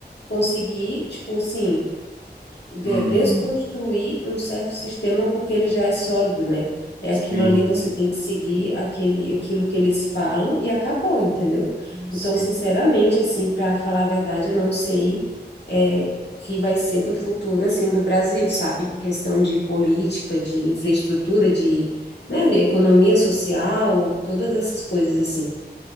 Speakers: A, on the left (about 80°); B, on the right (about 50°).
A: conseguir, tipo assim, de-
B: uhum.
A: desconstruir um certo sistema porque ele já é sólido, né? É aquilo
B: Sim,
A: ali, você tem que seguir aquele, aquilo que eles falam e acabou, entendeu?
B: sim.
A: Então, sinceramente, assim, para falar a verdade, eu não sei é, o que vai ser do futuro, assim, do Brasil, sabe? Em questão de política, de infraestrutura, de, né, de economia social, todas essas coisas, assim.